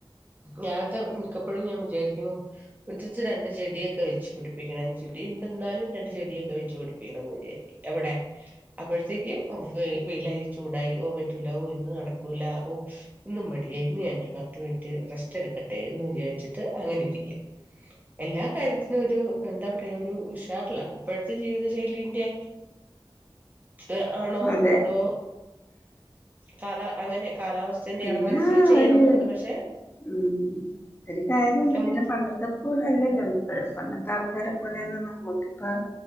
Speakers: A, on the right; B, on the left.
A: ഞാനൊക്കെ മിക്കപ്പഴും ഞാൻ വിചാരിക്കും മുറ്റത്തു രണ്ടു ചെടിയൊക്കെ വച്ചു പിടിപ്പിക്കണം, ചെടിയൊണ്ടെന്നാലും രണ്ടു ചെടിയൊക്കെ വച്ചു വച്ചു പിടിപ്പിക്കണംന്ന്‌ വിചാരിക്കും എവിടെ, അപ്പോഴത്തേക്കും ഓഫ്‌ വെയിലായി ചൂടായി ഓ പറ്റൂല ഓ ഇന്ന് നടക്കൂല ഓ ഇന്നും മടിയായി ഇന്ന് ഞാനൊരു പത്തു മിനിറ്റ് റെസ്റ്റെടുക്കട്ടെ എന്ന് വിചാരിച്ചിട്ടു അങ്ങനിരിക്കും. എല്ലാ കാര്യത്തി ഇന്നൊരു എന്താ പറയ്യാ ഒരു ഉഷാറില്ല. പ്പഴത്തെ ജീവിത ഷൈലീന്റെ ഇതാണോ
B: അതെ
A: അതോ കാലാ അങ്ങനെ കാലാവസ്ഥന്റെ
B: പിന്നേ
A: ആണോ മനസ്സിൽ ചെയ്യണന്നുണ്ട്
B: ഒരു
A: പക്ഷെ
B: ഉം ഒരു കാര്യംണ്ടു
A: നമുക്ക്
B: പിന്നെ പണ്ടത്തെപ്പോലെയല്ലല്ലോ ഇ പണ്ടത്തെ ആൾകാരെപോലെയൊന്നും നമ്മക്കിപ്പോ